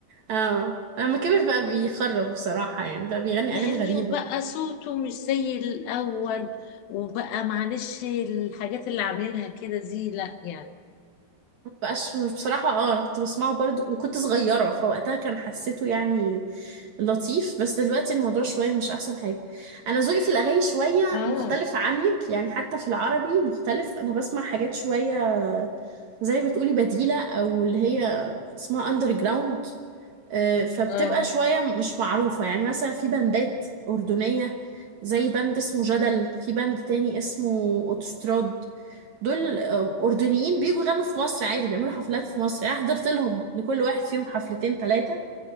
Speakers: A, on the right; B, on the left.
A: اه لما كبر بقى بيخرب بصراحة يعني بقى بيغني
B: يعني
A: أغاني غريبة
B: وبقى صوته مش زي الأول وبقى معلش الحاجات اللي عاملها كده دي لا يعني
A: مبقاش مش بصراحة اه أنا كنت بسمعه برضو وكنت صغيرة فوقتها كان حسيته يعني لطيف بس دلوقتي الموضوع شوية مش أحسن حاجة أنا ذوقي في الأغاني شوية
B: اه
A: مختلف عنك يعني حتى في العربي مختلف أنا بسمع حاجات شوية زي ما بتقولي بديلة أو اللي هي اسمها أندر جراوند آه، فبتبقى
B: اه
A: شوية مش معروفة يعني مثلا في بندات أردنية زي بند اسمه جدل في بند تاني اسمه أوتوستراد دول آه، أردنيين بيجوا يغنوا في مصر عادي بيعملوا حفلات في مصر يعني أنا حضرت لهم لكل واحد فيهم حفلتين ثلاثة